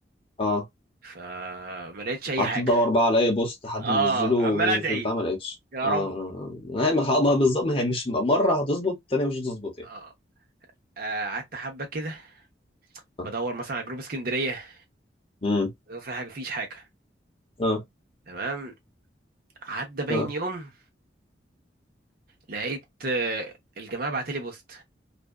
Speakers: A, on the left; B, on the right.
A: اه
B: فما لقيتش أي
A: قعدت
B: حاجة
A: ادور بقى على اي بوست حد
B: اه
A: منزله
B: عمال أدعي
A: في البتاع ما لقيتش
B: يا
A: اه
B: رب
A: ما هي ما خ- ما بالظبط ما هي مش مره هتظبط التانيه مش هتظبط يعني
B: اه آه، قعدت حبة كده
A: اه
B: بدور مثلا على جروب اسكندرية
A: امم
B: لو في حاجة فيش حاجة
A: اه
B: تمام عدى باين
A: اه
B: يوم لقيت آه، الجماعة بعتلي بوست